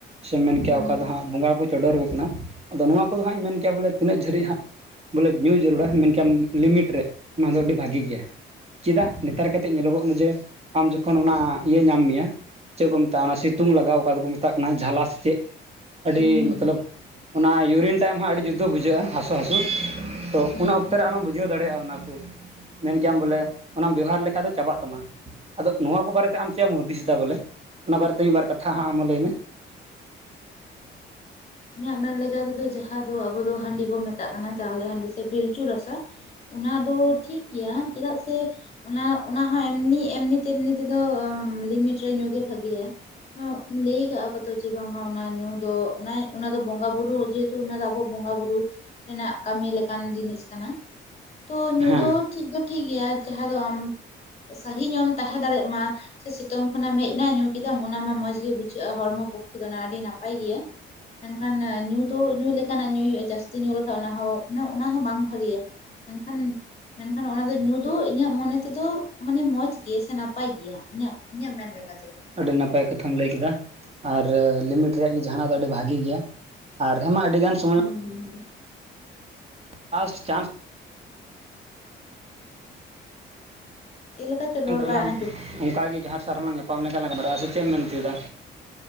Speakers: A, on the right; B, on the left.
A: ᱥᱮᱢ ᱢᱮᱱ ᱠᱮᱭᱟ
B: ᱦᱩᱸ
A: ᱚᱠᱟ ᱫᱚ ᱦᱟᱸᱜ ᱵᱚᱸᱜᱟ ᱠᱚ ᱪᱚᱰᱚᱨ ᱟᱠᱚ ᱠᱟᱱᱟ ᱟᱫᱚ ᱱᱚᱣᱟ ᱠᱚᱫᱚ ᱦᱟᱸᱜ ᱤᱧ ᱢᱮᱱ ᱠᱮᱭᱟ ᱵᱚᱞᱮ ᱛᱤᱱᱟᱹᱜ ᱡᱷᱟᱹᱨᱤᱡ ᱦᱟᱸᱜ ᱵᱚᱞᱮ ᱧᱩ ᱡᱟᱹᱨᱩᱲᱟ ᱢᱮᱱᱠᱷ ᱞᱤᱢᱤᱴ ᱨᱮ ᱚᱱᱟ ᱫᱚ ᱟᱹᱰᱤ ᱵᱷᱟᱜᱤ ᱜᱮᱭᱟ ᱪᱮᱫᱟᱜ ᱱᱮᱛᱟᱨᱛᱮᱫ ᱧᱮᱞᱚᱜᱚᱜ ᱠᱟᱱᱟ ᱡᱮ ᱟᱢ ᱡᱚᱠᱷᱚᱱ ᱚᱱᱟ ᱤᱭᱟᱹ ᱧᱟᱢ ᱢᱮᱭᱟ ᱪᱮᱫ ᱠᱚ ᱢᱮᱛᱟᱜᱼᱟ ᱚᱱᱟ ᱥᱤᱛᱩᱝ ᱞᱟᱜᱟᱣ ᱚᱠᱟ ᱫᱚᱠᱚ ᱢᱮᱛᱟᱜ ᱠᱟᱱᱟ ᱡᱷᱟᱞᱟ ᱥᱮ ᱪᱮᱫ ᱟᱹᱰᱤ
B: ᱦᱩᱸ
A: ᱢᱚᱛᱞᱚᱵ ᱚᱱᱟ ᱤᱭᱩᱨᱤᱱ ᱛᱟᱭᱚᱢ ᱦᱟᱸᱜ ᱟᱹᱰᱤ ᱡᱩᱫᱟ. ᱵᱩᱡᱷᱟᱹᱜᱼᱟ ᱦᱟᱹᱥᱩ ᱦᱟᱹᱥᱩ ᱛᱚ
B: ᱦᱩᱸ
A: ᱚᱱᱟ ᱚᱠᱛᱚ
B: ᱦᱩᱸ
A: ᱨᱮᱢ ᱵᱩᱡᱷᱟᱹᱣ ᱫᱟᱲᱮᱭᱟᱜᱼᱟ ᱚᱱᱟ ᱠᱚ ᱢᱮᱱ ᱠᱮᱭᱟᱢ ᱵᱚᱞᱮ ᱚᱱᱟᱢ ᱵᱮᱣᱦᱟᱨ ᱞᱮᱠᱷᱟᱡ ᱫᱚ ᱪᱟᱵᱟᱜ ᱛᱟᱢᱟ᱾ ᱟᱫᱚ ᱱᱚᱣᱟ ᱠᱚ ᱵᱟᱨᱮᱛᱮ ᱟᱢ ᱪᱮᱫ ᱮᱢ ᱦᱩᱫᱤᱥ ᱫᱟ ᱵᱚᱞᱮ ᱚᱱᱟ ᱵᱟᱨᱮᱛᱮ ᱢᱤᱫ ᱵᱟᱨ ᱠᱟᱛᱷᱟ ᱦᱟᱸᱜ ᱟᱢ ᱞᱟᱹᱭ ᱢᱮ
B: ᱤᱧᱟᱹᱜ ᱢᱮᱱ ᱞᱮᱠᱟ ᱛᱮᱫᱚ ᱡᱟᱦᱟᱸ ᱫᱚ ᱟᱵᱚ ᱫᱚ ᱦᱟᱺᱰᱤ ᱵᱚᱱ ᱢᱮᱛᱟᱜ ᱠᱟᱱᱟ ᱪᱟᱣᱞᱮ ᱦᱟᱺᱰᱤ ᱥᱮ ᱯᱤᱞᱪᱩ ᱨᱟᱥᱟ ᱚᱱᱟ ᱫᱚ ᱴᱷᱤᱠ ᱜᱮᱭᱟ ᱪᱮᱫᱟᱜ ᱥᱮ ᱚᱱᱟ ᱚᱱᱟᱦᱚᱸ ᱮᱢᱱᱤ ᱮᱢᱱᱤ ᱛᱮᱢᱱᱤ ᱛᱮᱫᱚ ᱞᱤᱢᱤᱴ ᱨᱮ ᱧᱩ ᱜᱮ ᱵᱷᱟᱜᱮᱭᱟ ᱞᱟᱹᱭ ᱟᱠᱟᱟᱜᱼᱟ ᱠᱚᱛᱚ ᱪᱮ ᱵᱟᱝᱢᱟ ᱚᱱᱟ ᱧᱩ ᱫᱚ ᱚᱱᱟ ᱚᱱᱟ ᱫᱚ ᱵᱚᱸᱜᱟ ᱵᱩᱨᱩ ᱡᱮᱦᱮᱛᱩ ᱚᱱᱟ ᱫᱚ ᱟᱵᱚ ᱵᱚᱸᱜᱟ ᱵᱩᱨᱩ ᱨᱮᱱᱟᱜ ᱠᱟᱹᱢᱤ ᱞᱮᱠᱟᱱ ᱡᱤᱱᱤᱥ ᱠᱟᱱᱟ᱾ ᱛᱚ ᱧᱩ
A: ᱦᱮᱸ
B: ᱫᱚ ᱴᱷᱤᱠ ᱫᱚ ᱴᱷᱤᱠ ᱜᱮᱭᱟ ᱡᱟᱦᱟᱸ ᱫᱚ ᱟᱢ ᱥᱟᱹᱦᱤ ᱧᱚᱜ ᱮᱢ ᱛᱟᱦᱮ ᱫᱟᱲᱮᱭᱟᱜ ᱢᱟ᱾ ᱥᱮ ᱥᱤᱛᱩᱝ ᱠᱷᱚᱱᱟᱢ ᱦᱮᱡ ᱮᱱᱟ ᱧᱩ ᱠᱮᱫᱟᱢ ᱚᱱᱟ ᱢᱟ ᱢᱚᱸᱡᱽ ᱜᱮ ᱵᱩᱡᱷᱟᱹᱜᱼᱟ ᱦᱚᱲᱢᱚ ᱯᱚᱠᱠᱷᱮ ᱫᱚ ᱚᱱᱟ ᱟᱹᱰᱤ ᱱᱟᱯᱟᱭ ᱜᱮᱭᱟ ᱢᱮᱱᱠᱷᱟᱱ ᱧᱩ ᱫᱚ ᱧᱩ ᱞᱮᱠᱟᱱᱟᱜ ᱧᱩᱭ ᱦᱩᱭᱩᱜᱼᱟ ᱡᱟᱹᱥᱛᱤ ᱧᱩ ᱞᱮᱠᱷᱟᱱ ᱚᱱᱟ ᱦᱚᱸ ᱚᱱᱟ ᱚᱱᱟ ᱦᱚᱸ ᱵᱟᱝ ᱵᱷᱟᱜᱮᱭᱟ ᱮᱱᱠᱷᱟᱱ ᱢᱮᱱ ᱠᱷᱟᱱ ᱚᱱᱟ ᱫᱚ ᱧᱩ ᱫᱚ ᱤᱧᱟᱹᱜ ᱢᱚᱱᱮ ᱛᱮᱫᱚ ᱢᱟᱱᱮ ᱢᱚᱸᱡᱽ ᱜᱮ ᱥᱮ ᱱᱟᱯᱟᱭ ᱜᱮᱭᱟ ᱤᱧᱟᱹᱜ ᱤᱧᱟᱹᱜ ᱢᱮᱱ ᱞᱮᱠᱟ ᱛᱮᱫᱚ
A: ᱟᱹᱰᱤ ᱱᱟᱯᱟᱭ ᱠᱟᱛᱷᱟᱢ ᱞᱟᱹᱭ ᱠᱮᱫᱟ ᱟᱨ ᱞᱤᱢᱤᱴ ᱨᱮᱭᱟᱜ ᱜᱮ ᱡᱟᱦᱟᱸᱱᱟᱜ ᱫᱚ ᱟᱹᱰᱤ ᱵᱷᱟᱜᱤ ᱜᱮᱭᱟ ᱟᱨ ᱦᱮᱸᱢᱟ ᱟᱹᱰᱤ ᱜᱟᱱ ᱥᱚᱢᱚᱭ
B: ᱦᱩᱸ ᱦᱩᱸ ᱦᱩᱸ
A: ᱞᱟᱥᱴ ᱪᱟᱱᱥ
B: ᱪᱮᱫ ᱞᱮᱠᱟ ᱪᱚ ᱨᱚᱲ
A: ᱚᱱᱠᱟ ᱨᱮᱞᱟᱝ
B: ᱵᱟᱭ ᱟᱸᱡᱚᱢᱚᱜ ᱠᱟᱱᱟ
A: ᱚᱝᱠᱟᱜᱮ ᱡᱟᱦᱟᱸ ᱛᱤᱥ ᱟᱨ ᱦᱚᱸ ᱞᱟᱝ ᱧᱟᱯᱟᱢ ᱞᱮᱱᱠᱷᱟᱱ ᱞᱟᱝ ᱜᱟᱞᱢᱟᱨᱟᱜ ᱟ ᱥᱮ ᱪᱮᱜ ᱮᱢ ᱢᱮᱱ ᱚᱪᱚᱭ ᱫᱟ